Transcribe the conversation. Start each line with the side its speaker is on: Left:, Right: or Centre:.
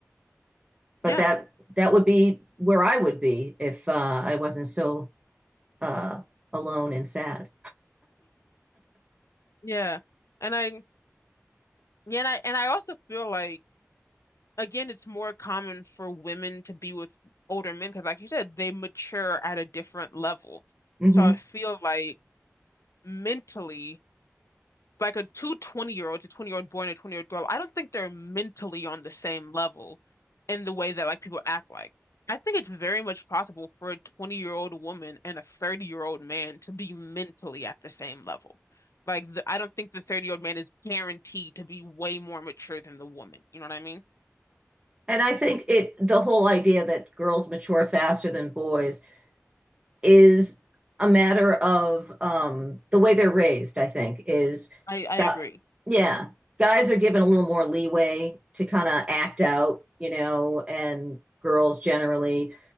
Right: but
Left: Yeah,
Right: that that would be where I would be if uh, I wasn't so uh, alone and sad.
Left: yeah. And I yeah, and I and I also feel like again, it's more common for women to be with older men because, like you said, they mature at a different level.
Right: hmm
Left: So I feel like mentally, like a 220 year olds, a 20 year old boy and a 20 year old girl, I don't think they're mentally on the same level in the way that like people act like. I think it's very much possible for a 20 year old woman and a 30 year old man to be mentally at the same level. Like, the, I don't think the 30 year old man is guaranteed to be way more mature than the woman. You know what I mean?
Right: And I think it the whole idea that girls mature faster than boys is a matter of um, the way they're raised, I think, is
Left: I, I
Right: that,
Left: agree.
Right: yeah, guys are given a little more leeway to kind of act out, you know, and girls generally,